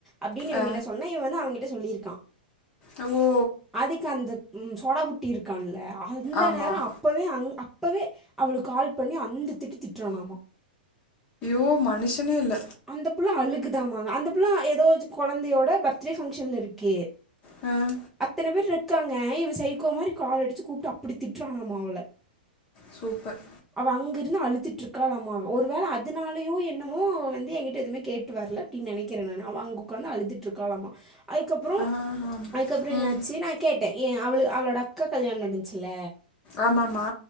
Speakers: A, in the centre; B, on the left.
A: அப்டின்னு இவங்கிட்ட
B: ஆ
A: சொன்னா இவ வந்து அவங்கிட்ட சொல்லியிருக்கான்
B: அ ஓ
A: அதுக்கு அந்த சோடாபுட்டி இருக்கான்ல அந்த
B: ஆமாம்
A: நேரோ அப்போவே அங் அப்போவே அவளுக்கு கால் பண்ணி அந்த திட்டு திட்டுறானாமா நாம்மா
B: ஒ மனுஷனே இல்ல
A: அந்த புள்ள அழுக்குதாமா அந்த புள்ள ஏதோ கொழந்தையோட பர்த்டே ஃபங்ஷன்ல இருக்கு
B: அ
A: அத்தன பேர் இருக்காங்க இவ சைக்கோ மாரி கால் அடிச்சு கூப்டு அப்டி திட்டுறானாமா அவள
B: சூப்பர்
A: அவ அங்க இருந்து அழுதுட்ருக்காளாமா ஒரு வேள அதனாலயோ என்னமோ அவ வந் ஏங்கிட்ட எதுவுமே கேட்டு வர்ல அப்டின்னு நெனைக்கிறே நானு அவ அங்க உக்காந்து அழுதுட்டு இருக்கலாமா அதுக்கப்றோ
B: ஆ ஆம்.
A: அதுக்கப்றோ என்னாச்சு
B: ம்
A: நா கேட்டே ஏ அவளு அவளோட அக்கா கல்யாணோ நடந்துச்சுல்ல
B: ஆமாமா